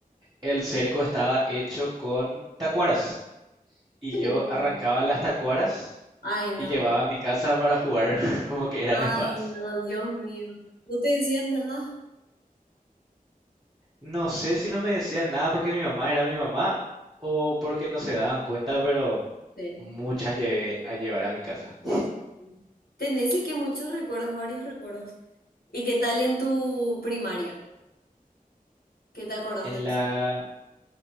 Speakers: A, on the right; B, on the left.
A: el cerco estaba hecho con tacuaras. Y
B: Qué lindo.
A: yo arrancaba las tacuaras
B: Ay, no.
A: y llevaba a mi casa para jugar <laughs> como que eran
B: Ay,
A: espadas.
B: no, Dios mío. ¿No te decían nada?
A: No sé si no me decían nada porque mi mamá era mi mamá o porque no se daban cuenta, pero
B: Sí,
A: muchas llevé a llevar a mi casa.
B: sí. sí, sí. Tenés y que muchos recuerdos, varios recuerdos. ¿Y qué tal en tu primaria? ¿Qué te acordás
A: En
B: de eso?
A: la...